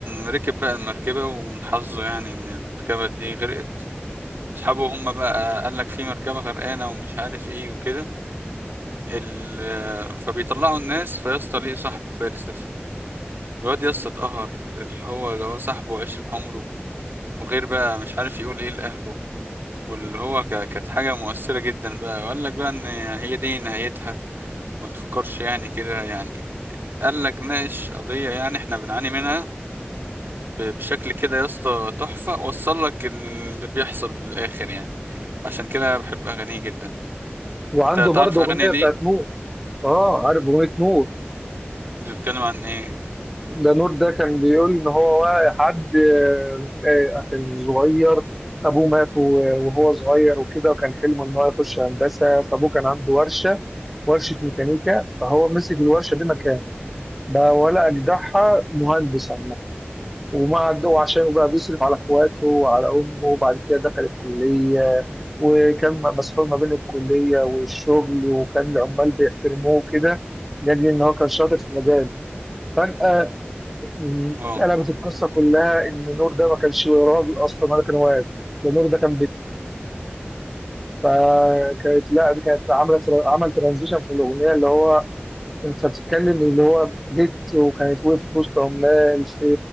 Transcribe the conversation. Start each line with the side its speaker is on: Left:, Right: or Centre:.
Right: ركب بقى المركبة ومن حظه يعني ان المركبة دي غرقت اصحابه هم بقى قال لك في مركبة غرقانة ومش عارف ايه وكده ال... فبيطلعوا الناس فيسطا ليه صاحبه فارس ده فيه الواد يسطا اتقهر اللي هو اللي هو صاحبه وعشرة عمره وغير بقى مش عارف يقول ايه لأهله واللي هو ك... كانت حاجة مؤثرة جدا بقى وقال لك بقى ان هي دي نهايتها وما تفكرش يعني كده يعني قال لك ناقش قضية يعني احنا بنعاني منها ب- بشكل كده يا اسطى تحفة وصل لك اللي بيحصل من الآخر يعني عشان كده بحب أغانيه جدا
Centre: وعنده
Right: انت
Centre: برضه
Right: تعرف أغاني
Centre: اغنيه
Right: ليه؟
Centre: بتاعت نور اه عارف اغنيه نور
Right: انت بتتكلم عن ايه؟
Centre: ده نور ده كان بيقول ان هو واقع حد آه، آه، كان صغير ابوه مات و- وهو صغير وكده وكان حلمه ان هو يخش هندسه فابوه كان عنده ورشه ورشه ميكانيكا فهو مسك الورشه دي مكانه بقى ولا اجدعها مهندس عامه. وما عنده وعشان بقى بيصرف على اخواته وعلى امه وبعد كده دخل الكليه وكان مسحول ما بين الكليه والشغل وكان العمال بيحترموه كده لاجل ان هو كان شاطر في مجال فجاه م،
Right: اه
Centre: اتقلبت القصه كلها ان نور ده ما كانش راجل اصلا ولا كان واد ده نور ده كان بت فكانت لا دي كانت عملت عمل ترانزيشن في الاغنيه اللي هو انت بتتكلم اللي هو ديت وكانت وقفت وسط عمال في